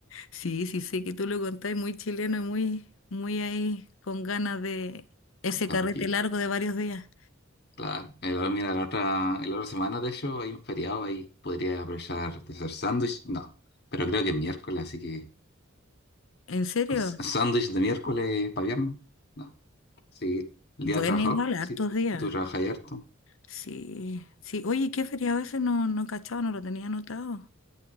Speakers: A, on the left; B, on the left.
A: Sí, sí, sé que tú lo contáis muy chileno y muy, muy ahí con ganas de ese
B: Falta
A: carrete
B: poquito.
A: largo de varios días.
B: Claro. El, otro- mira, la otra, la otra semana, de hecho, hay un feriado ahí. Podría aprovechar de hacer sándwich. No. Pero creo que es miércoles, así que
A: ¿En serio?
B: un s- <laughs> sándwich de miércoles para viernes. No. Sí. El
A: Bueno,
B: día del trabajador.
A: igual, hartos
B: Sí.
A: días.
B: Si tú trabajas ahí harto.
A: Sí, sí. Oye, ¿qué feriado ese? No, no cachaba, no lo tenía anotado.